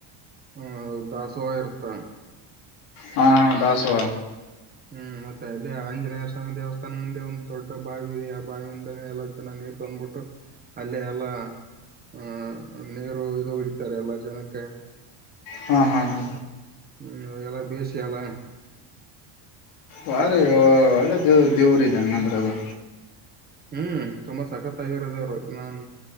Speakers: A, on the right (about 20°); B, on the left (about 75°).
A: ಅಹ ದಾಸೋಹ ಇರ್ತ್ತ
B: ಹಾ ಹಾ ದಾಸವ
A: ಹ್ಮ್ ಮತ್ತೆ ಅಲ್ಲಿ ಆಂಜನೇಯ ಸ್ವಾಮಿ ದೇವಸ್ಥಾನ ಮುಂದೆ ಒಂದ್ ದೊಡ್ಡ ಬಾವಿ ಇದೆ ಆ ಬಾವಿಯಿಂದಾನೇ ಎಲ್ಲ ಜನ ನ ಬಂದ್ಬಿಟ್ಟು ಅಲ್ಲೇ ಎಲ್ಲ ಹಹ ನೀರು ಇ ಉಳಿತಾರೆ ಎಲ್ಲ ಜನಕ್ಕೆ
B: ಹ್ಮ ಹಾ ಹಾ
A: ಹ್ಮ್ ಎಲ್ಲ ಬಸಿಯಲ್ಲ
B: ವಾರಿ ಒಳ್ಳೆ ದೇವ ದೇವ್ರ ಇದೆ ಅಂಗ ನಂದ್ರ ಅದು
A: ಹ್ಮ್ ತುಂಬಾ ಸಖತ್ ಆಗಿರೋದೇವರು <unintelligible> ನಾನ್